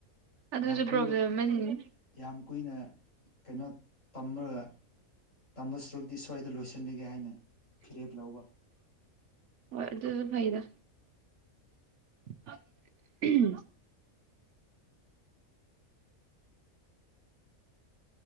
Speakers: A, on the right; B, on the left.
A: ꯑꯗꯨꯁꯨ
B: ꯌꯥꯝ ꯀꯨꯏꯅ
A: ꯄ꯭ꯔꯣꯕ꯭ꯂꯦꯝ ꯑꯃꯅꯤꯅꯤꯅꯦ
B: ꯌꯥꯝ ꯀꯨꯏꯅ ꯀꯩꯅꯣ ꯇꯒ ꯇꯝꯕ ꯁꯔꯨꯛ ꯗꯤ ꯁ꯭ꯋꯥꯏꯗ ꯂꯣꯏꯁꯤꯜꯂꯤꯒꯦ ꯍꯥꯏꯅ ꯐꯤꯔꯦꯞ ꯂꯧꯕ
A: ꯑꯗꯨ ꯑꯗꯨ ꯐꯩꯗ <unintelligible>